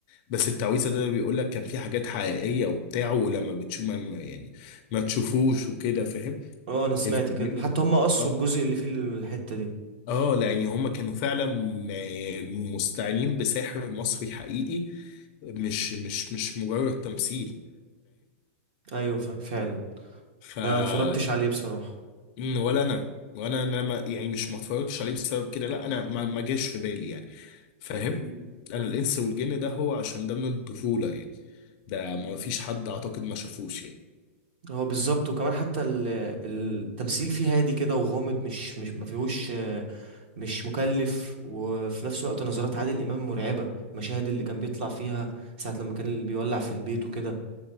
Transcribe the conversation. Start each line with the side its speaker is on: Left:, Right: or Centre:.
Left: بس التعويذه ده بيقول لك كان في حاجات حقيقيه وبتاع ولما بتشوف ما ما- يعني ما تشوفوش وكده فاهم
Right: اه انا سمعت
Left: الفيلمين
Right: كده حتى
Left: دول
Right: هم قصوا
Left: اه
Right: الجزء اللي فيه الحتة دي
Left: اه لان هما كانوا فعلا م- مستعينين بساحر مصري حقيقي مش مش مش مجرد تمثيل
Right: ايوه ف- فعلا
Left: فاهم
Right: انا ما اتفرجتش عليه بصراحة
Left: مم، ولا انا وانا انا ما يعني مش ما اتفرجتش عليه بسبب كده لا انا ما ما جاش في بالي يعني فاهم
Right: مم.
Left: انا الانس والجن ده هو عشان ده من الطفوله يعني ده ما فيش حد اعتقد ما شافوش يعني
Right: هو بالظبط وكمان حتى ال- التمثيل فيه هادي كده وغامض مش مش ما فيهوش آه، مش مكلف وفي نفس الوقت نظرات عادل امام مرعبه المشاهد اللي كان بيطلع فيها ساعه لما كان اللي بيولع في البيت وكده